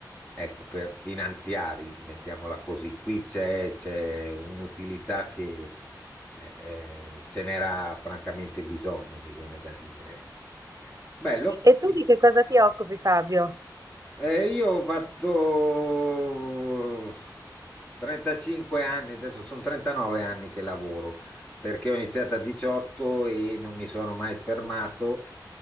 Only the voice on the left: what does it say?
Ecco, per finanziari, mettiamola così, qui c'è c'è un'utilità che eh, eh, ce n'era francamente bisogno, mi viene da dire. Bello.
Sì.
Eh, io ho fatto 35 anni, adesso sono 39 anni che lavoro, perché ho iniziato a 18 e non mi sono mai fermato